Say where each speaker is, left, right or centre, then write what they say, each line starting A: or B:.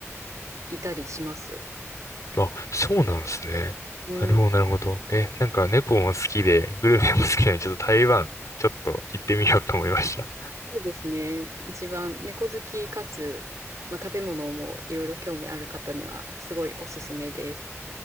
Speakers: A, on the right (about 85°); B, on the left (about 90°).
A: いたりしますよ。
B: あ、そうなんですね。
A: うん
B: なるほど、なるほど。え、なんか猫も好きで、グルメも好きなので、ちょっと台湾、ちょっと行ってみようと思いました。
A: そうですね。一番猫好きかつ、まあ、食べ物もいろいろ興味ある方にはすごいおすすめです。